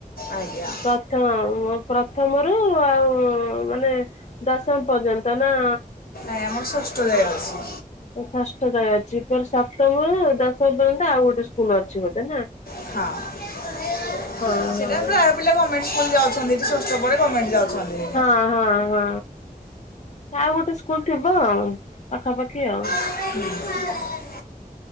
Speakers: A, on the left; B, on the left.
A: ଆଜ୍ଞା।
B: ପ୍ରଥମ ପ୍ରଥମରୁ ଆଉ ମାନେ ଦଶମ ପର୍ଯ୍ୟନ୍ତ ନା
A: ନାଇ ଆମର ଷଷ୍ଠ ଯାଏ ଅଛି।
B: ଷଷ୍ଠ ଯାଏ ଅଛି ଫେର ସପ୍ତମରୁ ଦଶମ ପର୍ଯ୍ୟନ୍ତ ଆଉ ଗୋଟେ ସ୍କୁଲ ଅଛି ବୋଧେ ନା।
A: ହଁ ସେଟା
B: ହଁ ହଁ
A: ପ୍ରା ପିଲା ଗଭର୍ଣ୍ଣମେଟ ସ୍କୁଲ ଯାଉଛନ୍ତି ଏଠ ଷଷ୍ଠ ପରେ ଗର୍ଣ୍ଣମେଣ୍ଟ ଯାଉଛନ୍ତି।
B: ହଁ ହଁ ହଁ ଆଉ ଗୋଟେ ସ୍କୁଲ ଥିବ ଆଉ ପାଖାପାଖି ଆଉ।
A: ହୁଁ